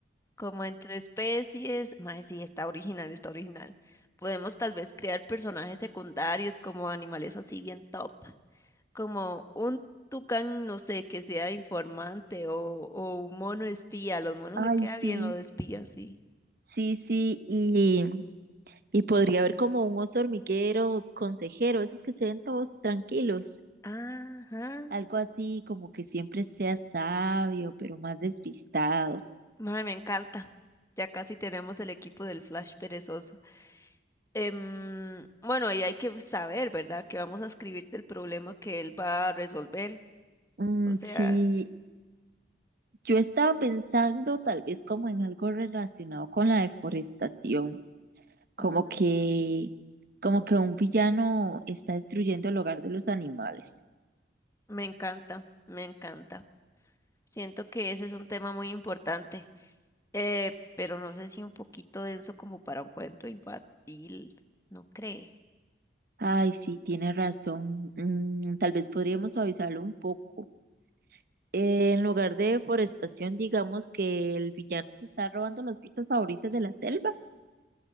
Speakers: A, on the left; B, on the right.
A: como entre especies. Mae, sí, está original, está original. Podemos tal vez crear personajes secundarios como animales así bien top. como un tucán, no sé, que sea informante o, o un mono espía. A los monos
B: Ay,
A: le queda
B: sí,
A: bien lo de espía, sí.
B: sí, sí, y, y podría haber como un oso hormiguero, consejero, esos que se ven todos tranquilos,
A: Ajá.
B: algo así como que siempre sea sabio, pero más despistado.
A: Mae, me encanta. Ya casi tenemos el equipo del Flash perezoso. Em, bueno, y hay que saber, ¿verdad? Que vamos a escribirte el problema que él va a resolver.
B: Mm,
A: O sea,
B: sí, yo estaba pensando tal vez como en algo relacionado con la deforestación, como
A: ah,
B: que, como que un villano está destruyendo el hogar de los animales.
A: me encanta, me encanta. Siento que ese es un tema muy importante. Eh, pero no sé si un poquito denso como para un cuento infantil, ¿no cree?
B: Ay, sí, tiene razón. Mm, tal vez podríamos suavizarlo un poco. eh, en lugar de deforestación, digamos que el villano se está robando las frutas favoritas de la selva.